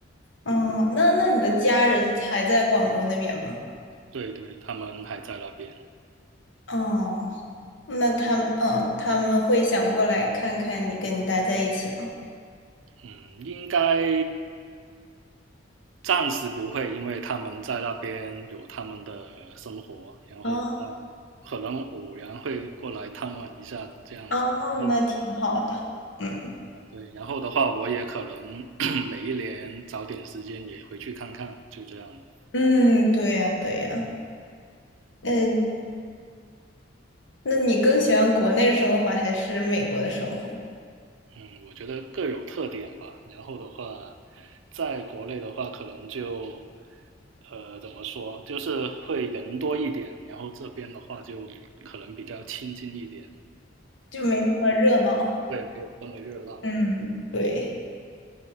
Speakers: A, on the left (about 70°); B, on the right (about 85°).
A: 嗯，那那你的家人还在广州那边吗？
B: <laughs> 对对，他们还在那边。
A: 哦，那他们，嗯，他们会想过来看看你，跟你待在一起吗？
B: 嗯，应该暂时不会，因为他们在那边有他们的生活，然后呃，
A: 哦
B: 可能偶然会过来探望一下这样子。
A: 哦，
B: 然后
A: 那挺好的。嗯
B: 对，然后的话，我也可能 <coughs> 每一年找点时间也回去看看，就这样了。
A: 嗯，对呀对呀，嗯，那你更喜欢国内生活还是美国的生活？
B: 嗯，我觉得各有特点吧。然后的话，在国内的话，可能就呃怎么说，就是会人多一点，然后这边的话就可能比较亲近一点，
A: 就没那么热闹。
B: 对，没有那么热闹。
A: 嗯，对，